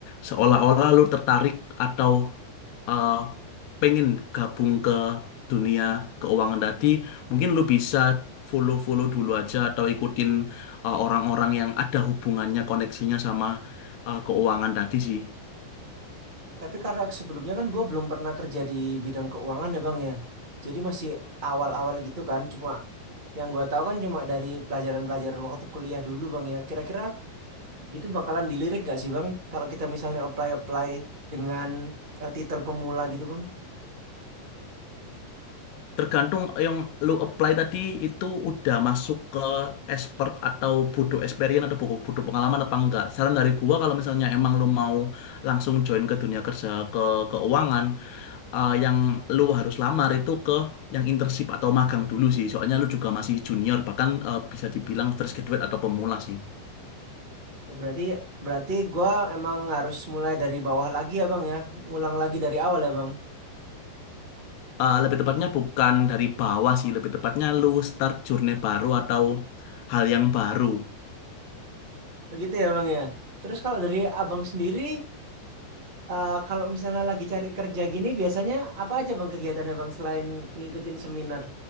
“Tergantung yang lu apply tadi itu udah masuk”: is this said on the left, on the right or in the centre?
Left